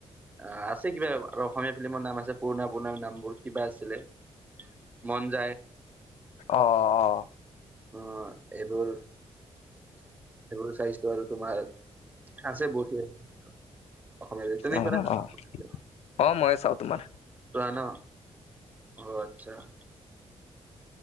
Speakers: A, on the right; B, on the left.
A: অঁ আছে কিবা আৰু অসমীয়া ফিল্মৰ নাম আছে পুৰণা পুৰণা নাম বোৰ কিবা আছিলে? মন যায়।
B: অ অ অ অ'
A: অঁ এইবোৰ এইবোৰ চাইছ- টো আৰু তোমাৰ আছে বহুত। <unintelligible>
B: অ অ অ মইয়ে চাওঁ তোমাৰ
A: চোৱা ন অ আচ্ছা।